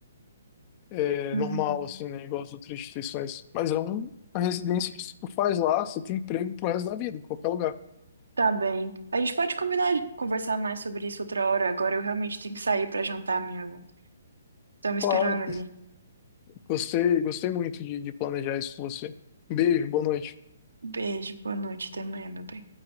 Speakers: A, on the left (about 30°); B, on the right (about 80°).
A: é,
B: Uhum.
A: normal, assim, né? Igual as outras instituições. Mas é um- uma residência que se tu faz lá, você tem emprego pro resto da vida, em qualquer lugar.
B: Tá bem. A gente pode combinar de conversar mais sobre isso outra hora. Agora eu realmente tenho que sair pra jantar, amigo. Estão me
A: Claro,
B: esperando ali.
A: gostei, gostei muito de, de planejar isso com você. Um beijo, boa noite.
B: Beijo, boa noite, até amanhã, meu bem.